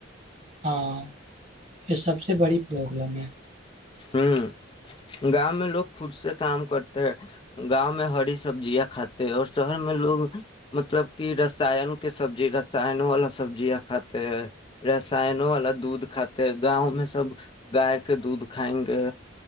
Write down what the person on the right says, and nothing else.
ہاں یہ سب سے بڑی پرابلم ہے